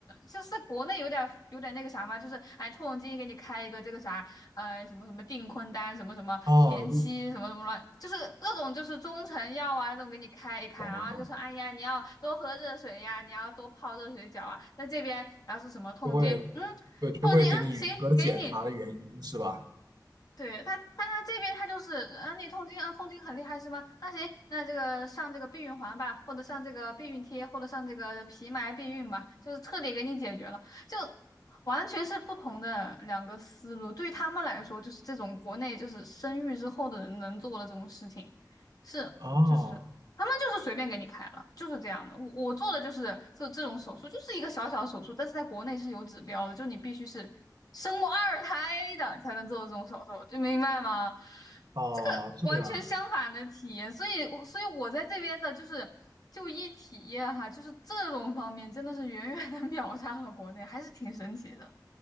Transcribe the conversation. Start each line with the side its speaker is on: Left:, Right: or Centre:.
Left: 就是国内有点有点那个啥嘛，就是哎，痛经给你开一个这个啥，呃，什么什么订婚单，什么什么田七，
Right: 哦，就
Left: 什么什么乱，就是各种就是中成药啊，这种给你开一开，
Right: 懂了懂了，
Left: 然后就说，哎呀，你要多喝热水呀，你要多泡热水脚啊，在这边，然后是什么痛经，
Right: 就会
Left: 嗯，
Right: 对，就会给你严格的检查的原因是吧？
Left: 痛经啊，行，给你，对他，他他这边他就是啊，你痛经啊，痛经很厉害是吗？那行，那这个上这个避孕环吧，或者上这个避孕贴，或者上这个皮埋避孕吧，就是彻底给你解决了，就完全是不同的两个思路。对他们来说，就是这种国内就是生育之后的人能做的这种事情，是就是他们就是随便给你开了，
Right: 哦
Left: 就是这样的。我我做的就是这这种手术，就是一个小小的手术，但是在国内是有指标的，就你必须是生过二胎的才能做这种手术，就明白吗？
Right: 哦，
Left: 这个完全相反的体验，
Right: 这样
Left: 所以我所以我在这边的就是就医体验哈，就是这种方面真的是远远的 <laughs> 秒杀了国内，还是挺神奇的。